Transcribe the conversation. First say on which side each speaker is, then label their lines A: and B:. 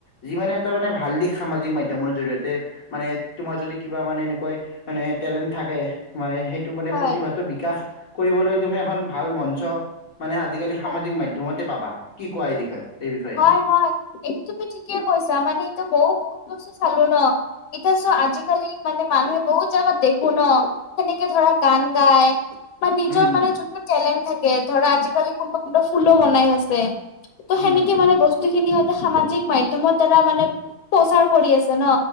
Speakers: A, on the left; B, on the left.
A: যি মানে এটা মানে ভাল দিশ সামাজিক মাধ্যমৰ জৰিয়তে মানে তোমাৰ যদি কিবা মানে এনেকৈ মানে টেলেণ্ট থাকে মানে সেইটো মানে
B: হয় হয়
A: প্ৰতিভাটো বিকাশ কৰিবলৈ তুমি এখন ভাল মঞ্চ মানে আজিকালি সামাজিক
B: হয়
A: মাধ্যয়মতে পাবা কি কোৱা এই বিষয়ে এই বিষয়ে?
B: হয় হয় এইটো তুমি ঠিকে কৈছা মানে এতিয়া মইও বহুত বস্তু চালো ন। এতিয়া চোৱা আজিকালি মানে মানুহে বহুত জাগাত দেখো ন সেনেকে ধৰা গান গায় বা নিজৰ
A: উম উম
B: মানে যোনটো টেলেণ্ট থাকে ধৰা আজিকালি কোনোবা কোনোবা ফুলো বনাই আছে ত'
A: উম
B: সেনে
A: উম
B: মানে বস্তু খিনি সিহঁতে সামাজিক মাধ্যমৰ দ্বাৰা মানে প্ৰচাৰ কৰি আছে ন।